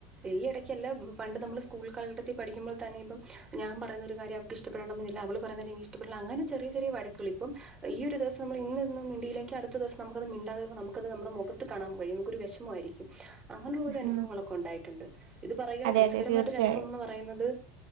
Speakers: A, on the right; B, on the right.
A: ഈ ഇടയ്ക്കല്ല പണ്ട് നമ്മള് സ്കൂൾ കള പഠിക്കുമോ തന്നെ ഇപ്പം ഞാൻ പറയുന്ന ഒരു കാര്ം അവർക്ക്ഷ്ടപ്പെടണമെന്നില്ല അവള് പറയുന്നത് എനിക്ക്ഇഷ്ടപ്പെടണമെന്നില്ലഅങ്ങനെറ ചറിയ വഴക്കൾ ഇം അപ്പ ഈ ഒരു ദസം നമ്മ ഇന്ന മിയിെങ്ക അത്ത ദിവസം നമുക്കത് മിണ്ടാെോ നമുത് നുടെ മുഖ ത്ത് കാണാൻ കഴിയും നമുക്ക ഒരു വിമമായിരിക്കും അങ്ങനുള്ള ഒരു അനുഭവങ്ങളൊക്കെ
B: ഉം.
A: ഉണ്ടായിട്ടുണ്ട് ഇത് പറയ ഒരു
B: അതെ,
A: രസരമായിട്ടൊ
B: അതെ തീർച്ചയായും.
A: ഒരു അനുഭവ എന്ന് പറയുന്നത്